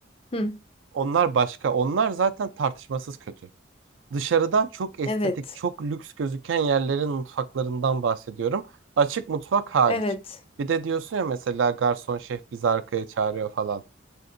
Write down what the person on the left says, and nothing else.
Hı.
Evet.
Evet.